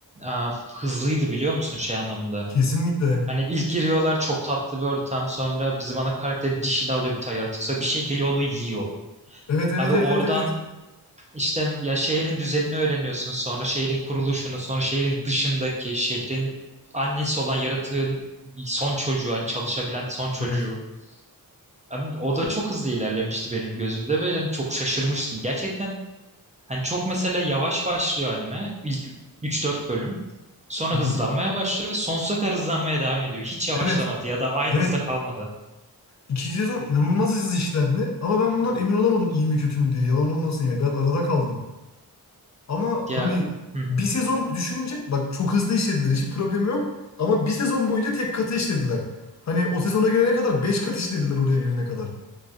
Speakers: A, on the right; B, on the left.
A: e, hızlıydı biliyor musun şey anlamında.
B: Kesinlikle.
A: Hani ilk giriyorlar çok tatlı bir ortam sonra bizim ana karakter dişini alıyor bir tane yaratık sonra bir şey geliyor onu yiyor.
B: Evet, evet,
A: Abi
B: evet,
A: oradan
B: evet, evet.
A: İşte ya şehrin düzenini öğreniyorsun sonra şehrin kuruluşunu sonra şehrin dışındaki şehrin annesi olan yaratığın son çocuğu hani çalışabilen son çocuğu.
B: Evet.
A: Hem O da çok hızlı ilerlemişti benim gözümde ve yani çok şaşırmıştım. Gerçekten hani çok mesela yavaş başlıyor anime ilk üç dört bölüm. Sonra
B: Hı-hı.
A: hızlanmaya başlıyor ve sonsuza kadar hızlanmaya devam ediyor. Hiç yavaşlamadı
B: Evet,
A: ya da aynı
B: evet.
A: hızda kalmadı.
B: İkinci sezon inanılmaz hızlı işlendi. Ama ben bundan emin olamadım iyi mi kötü mü diye. Yalan olmasın yani. Biraz arada kaldım. Ama hani
A: Ya hı.
B: bir sezon düşününce bak çok hızlı işlediler. Hiçbir problem yok. Ama bir sezon boyunca tek katı işlediler. Hani o sezona gelene kadar 5 kat işlediler oraya gelene kadar.